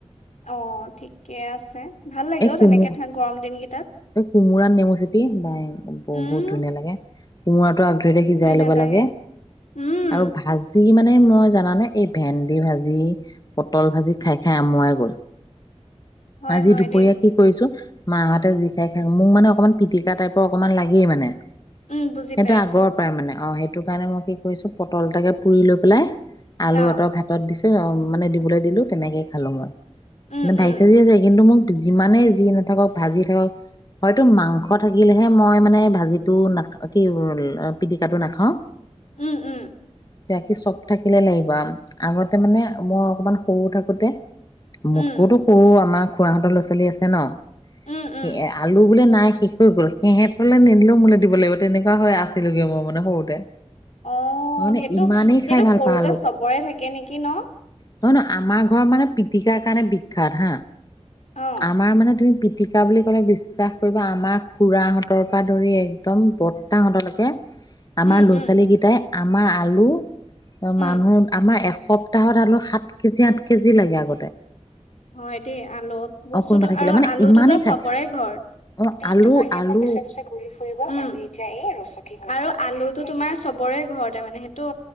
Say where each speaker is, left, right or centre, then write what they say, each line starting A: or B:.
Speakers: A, on the left (about 85°); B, on the left (about 35°).
A: অ ঠিকে আছে, ভাল লাগে
B: এই
A: অ,
B: কোমো
A: তেনেকে তোমাৰ গৰম দিনকেইটাত
B: এই কোমোৰা নেমু চেপি বাই বহুত
A: উম
B: ধুনীয়া লাগে কোমোৰাটো আগ ধৰিতে
A: কবই
B: সিজাই ল'ব
A: নালাগে
B: লাগে
A: উম
B: আৰু ভাজি কি মানে মই জানানে এই ভেন্দি ভাজি, পটল ভাজি খাই -খাই আমুৱাই গ'লো
A: হয়
B: আজি
A: হয়
B: দুপৰীয়া,
A: দেই
B: কি কৰিছো? মা হঁতে যি খাই খায় মোক মানে অকণমান পিটিকা টাইপৰ অকণমান লাগেই মানে সেইটো
A: উম বুজি পাইছো
B: আগৰ পৰাই মানে অ সেই সেইটো কাৰণে মই কি কৰিছো পটল এটাকে পুৰি লৈ পেলাই আলু
A: অ
B: এটা ভাতত দিছো। অ মানে দিবলে দিলো তেনেকে খালো মই
A: উম
B: নে ভাই
A: উম
B: কিন্তু মোক যিমানেই যি নাথাকক ভাজি থাকক হয়তো মাংস থাকিলেহে মই মানে ভাজি টো না আ কি পিটিকাটো নাখাও
A: উম উম
B: বাকি চব থাকিলে লাগিব আ আগতে মানে মই অকমান সৰু থাকোতে মোট
A: উম
B: কটো তো আমাৰ খুৰাহঁতৰ ল'ৰা ছোৱালী আছে ন
A: উম উম
B: ই এ আলু বোলে নাই শেষ হৈ গ'ল সিহঁতলে নিদিলেও মোলে দিব লাগিব তেনেকুৱা হয় আছিলো গে মই মানে সৰুতে
A: অ
B: মানে
A: সেইটো
B: ইমানেই
A: সেইটো
B: খাই ভাল
A: সৰুতে
B: পাওঁ আলু
A: চবৰে থাকে নেকি ন
B: নহয় নহয় আমাৰ ঘৰ মানে পিটিকাৰ কাৰণে বি বিখ্যাত হা
A: অ
B: আমাৰ মানে তুমি পি পিতিকা বুলি ক'লে বিশ্বাস কৰিব আমাৰ খুৰাহঁতৰ পৰা ধৰি একদম বৰ্তাহঁত লৈকে আমাৰ
A: উম
B: ল'ৰা
A: উম
B: ছোৱালী কেইটাই আমাৰ আলু
A: উম,
B: মানুহ আমাৰ এসপ্তাহত আলু সাত কেজি আঠ কেজি লাগে আগতে
A: হয় দেই আলু বস্তু
B: অ কোনোবা থাকিলে
A: আৰু
B: মানে
A: আলুটো
B: ইমানেই
A: যে
B: খায়
A: চবৰে ঘৰত
B: অ
A: দিনটো
B: আলু
A: মাহিয়েকৰ
B: আলু
A: পিছে পিছে ঘূৰি ফুৰিব উম এতিয়া এই ৰচকী হৈছে আলুটো তোমাৰ চবৰে ঘৰতে মানে সেইটো